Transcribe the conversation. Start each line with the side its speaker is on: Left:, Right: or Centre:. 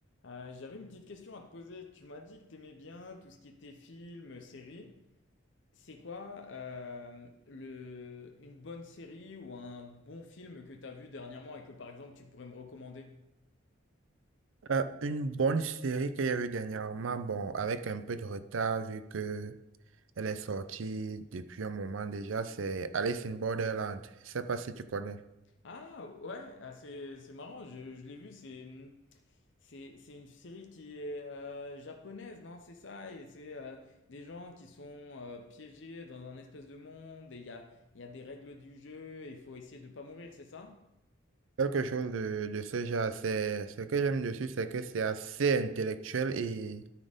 Left: Euh, j'avais une petite question à te poser. Tu m'as dit que t'aimais bien tout ce qui était film, série. C'est quoi euh, le, une bonne série ou un bon film que t'as vu dernièrement et que par exemple tu pourrais me recommander?
Right: Euh, une bonne série qu'il y avait dernièrement, bon, avec un peu de retard vu que elle est sortie depuis un moment déjà, c'est Alice in Borderland. Je sais pas si tu connais.
Left: Ah ouais, ah, c'est c'est marrant, je, je l'ai vu, c'est c'est c'est une série qui est euh, japonaise, non? C'est ça, et c'est euh, des gens qui sont euh, piégés dans un espèce de monde et il y a, il y a des règles du jeu et il faut essayer de pas mourir, c'est ça?
Right: Quelque chose de, de ce genre, c'est, ce que j'aime dessus, c'est que c'est assez intellectuel et